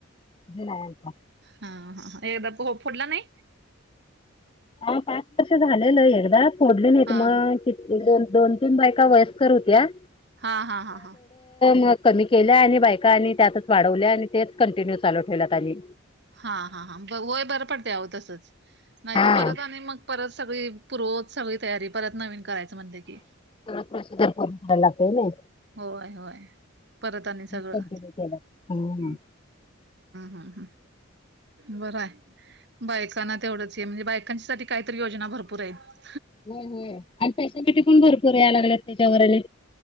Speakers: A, on the left; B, on the right.
A: जुना आहे आता.
B: हा ह ह एकदा प फोडला नाही
A: ह पाच वर्ष झालेलं एकदा फोडले नाहीत
B: हा
A: मग कि द दोन तीन बायका वयस्कर होत्या
B: हा हा हा हा.
A: म कमी केल्या आणि बायका आणि त्यातच वाढवल्या आणि तेच कंटिन्यू चालू ठेवल्यात आम्ही.
B: हा हा हां वय बरं पडते आह तसंच नाही
A: हा
B: तर परत आणि मग परत सगळी पूर्वरत सगळी तयारी परत नवीन करायचं म्हणलं की
A: सगळ पैसे देउन करून घायला लागतय ना.
B: होय होय परत आणि सगळं.
A: कंटिन्यू केल्यात हम्म
B: हम हम ह बर आहे बायकना तेवढंच म्हणजे बायकांसाठी काहीतरी योजना भरपूर आहेत.
A: हो हो आणि फॅसिलिटी पण भरपूर या लागल्यात त्याच्यावरले.